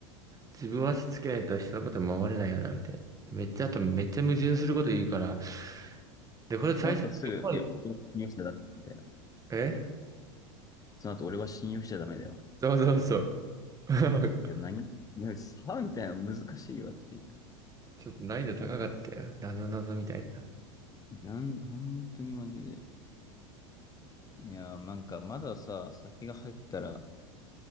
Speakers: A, on the right (about 20°); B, on the left (about 20°).
A: 自分は足つけないと人のこと守れないよな、みたいな。めっちゃ、あとめっちゃ矛盾すること言うから、で、これ最初、
B: その後すぐ、
A: どこ、
B: いや、俺は信用しちゃダメみたいな。
A: え
B: その後、俺は信用しちゃダメだよ。
A: そうそうそう。<laughs>
B: いや、何、いや、さあみたいな難しいわっていう。
A: ちょっと難易度高かったよ。なぞなぞみたいな。
B: なん、本当にマジで。いやー、なんかまださ、先が入ったら、